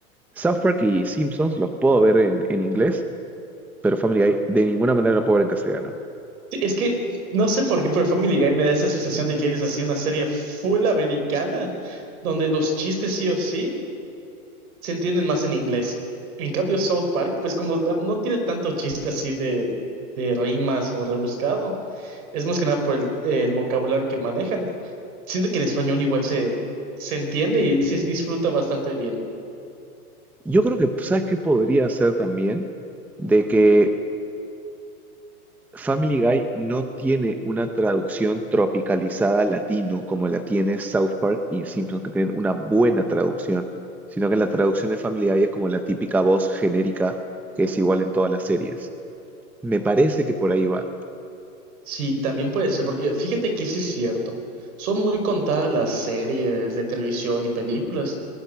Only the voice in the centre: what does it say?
South Park y Simpsons los puedo ver en, en inglés, pero Family Guy de ninguna manera lo puedo ver en castellano.
Yo creo que, pues, ¿sabes qué podría ser también? De que Family Guy no tiene una traducción tropicalizada al latino como la tiene South Park y Simpsons, que tienen una buena traducción, sino que la traducción de Family Guy es como la típica voz genérica que es igual en todas las series. Me parece que por ahí va.